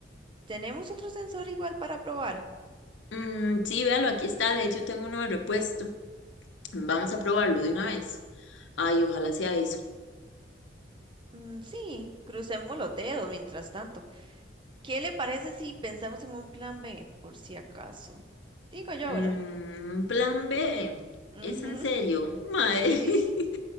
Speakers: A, on the right; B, on the left.
A: ¿Tenemos otro sensor igual para probar?
B: Mm, sí, véalo, aquí está, de hecho tengo uno de repuesto. Vamos a probarlo de una vez. Ay, ojalá sea eso.
A: Mm, sí, crucemos los dedos mientras tanto. ¿Qué le parece si pensamos en un plan B, por si acaso? Digo yo,
B: Mm,
A: ¿verdad?
B: plan B,
A: Ujú,
B: ¿es en serio?
A: <laughs>
B: Mae,
A: sí.
B: <laughs>